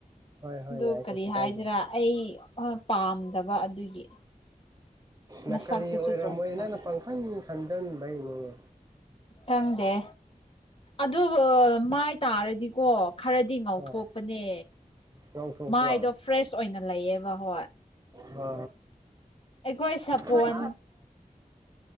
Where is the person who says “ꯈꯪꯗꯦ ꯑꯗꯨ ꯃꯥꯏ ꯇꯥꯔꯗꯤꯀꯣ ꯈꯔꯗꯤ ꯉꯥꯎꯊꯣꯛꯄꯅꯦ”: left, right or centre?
Left